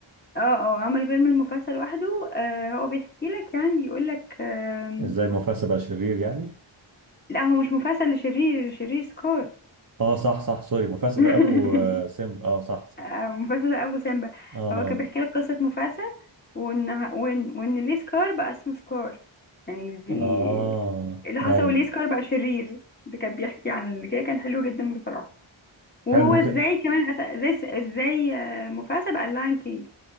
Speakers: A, on the left; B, on the right.
A: اه اه عمل فيلم المفاسا لوحده آه، هو بيحكي لك يعني بيقول لك آم،
B: ازاي المفاسة بقى شرير يعني
A: لا هو مش مفاسا اللي شرير اللي شرير سكار
B: اه صح صح سوري مفاسد
A: <laughs>
B: ده ابو آه، سم اه صح صح
A: آه، مفاسا ده ابو سيمبا
B: اه
A: هو كان بيحكي لك قصة مفاسا وان وان وان ليه سكار بقى اسمه سكار يعني ليه
B: اه
A: إيه اللي حصل
B: ايوه
A: وليه سكار بقى شرير ده كان بيحكي عن كده كان حلو جدا بصراحة
B: حلو
A: وهو
B: ممكن
A: ازاي كمان أس... ازاي ازاي آه، مفاسا بقى اللاين كينج